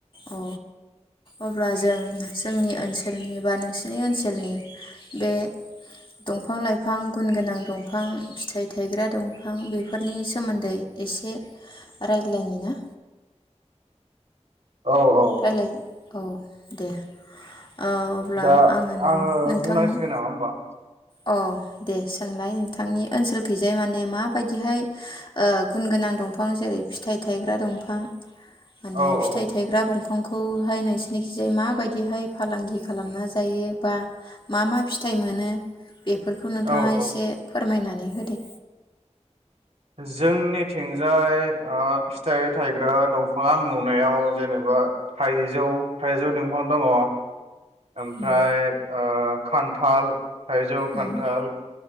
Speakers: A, on the left; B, on the right.
A: अ अब्ला जों जोंनि ओनसोलनि बा नोंसिनि ओनसोलनि बे दंफां-लाइफां गुन गोनां दंफां फिथाइ थायग्रा दंफां बेफोरनि सोमोन्दै एसे रायलायनि ना।
B: औ औ
A: रायलायगोन। औ दे। ओ अब्ला
B: दा
A: आङो नों
B: आंङो
A: नोंथांनाव
B: बुंनांसिगोन नामा होमबा?
A: अ दे सोंलाय नोंथांनि ओनसोलखैजाय माने माबायदिहाय ओ गुन गोनां दंफां जेरै फिथाइ थायग्रा दंफां माने
B: औ
A: फिथाइ
B: औ
A: थायग्रा बंफांखौ औहाय नोंसिनिखिजाय माबायदिहाय फालांगि खालामना जायो बा मा मा फिथाइ मोनो? बेफोरखौ नोंथाङा
B: औ
A: एसे
B: औ
A: फोरमायनाय। नै होदो।
B: जोंनिथिंजाय ओ फिथाइ थायग्रा दंफांया आं नुनायाव जेनेबा थाइजौ थाइजौ दंफां दंङ। ओमफ्राय
A: उम
B: ओ खान थाल थायजौ, खान्थाल,
A: उम